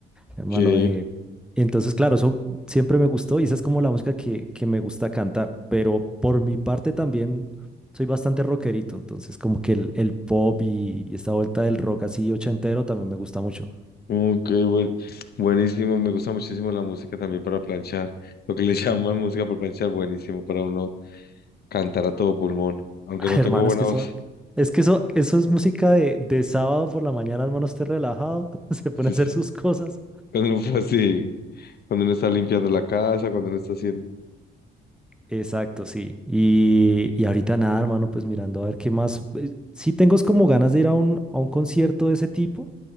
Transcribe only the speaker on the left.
¿Qué?
Ok, buen- buenísimo. Me gusta muchísimo la música también para planchar. Lo que le <laughs> llaman música para planchar, buenísimo para uno cantar a todo pulmón. Aunque
no tengo
buena
voz.
<laughs>
Sí.
Cuando no fue así. Cuando uno está limpiando la casa, cuando uno está haciendo.